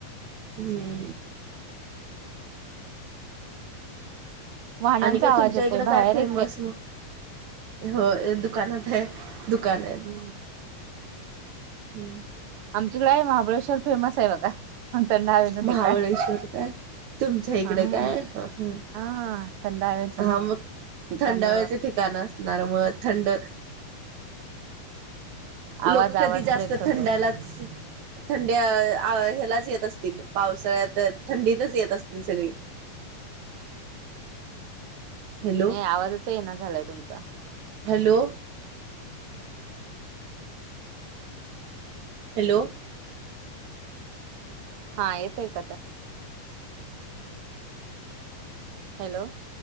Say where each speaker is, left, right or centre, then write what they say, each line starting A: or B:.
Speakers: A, on the right; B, on the right.
A: हम्म
B: वाहनांचा
A: आणि काय
B: आवाज
A: तुमच्या
B: येतोय
A: इकडं काय
B: बाहेर
A: फेमस
B: आहे
A: मग हो दुकानात आहे दुकान आहे
B: हम
A: हम्म
B: आमच्याकडे आहे महाबळेश्वर फेमस आहे बघा पणंत नावेचं
A: महाबळेश्वर
B: ठिकाण
A: काय तुमच्या इकडे
B: हम्म
A: काय ह ह
B: हा थंड हवेच
A: हा मग
B: ठिकाण
A: थंडाव्याचे ठिकाण असणार मग थंड लोक
B: आवाज
A: कधी
B: आवाज
A: जास्त
B: ब्रेक होतोय
A: थंडालाच थंडी ह्यालाच येत असतील पावसाळ्यात थंडीतच येत असतील सगळी हॅलो
B: नाही आवाजच चैज ना झालाय तुमचा
A: हॅलो हॅलो
B: हा येतय काता हॅलो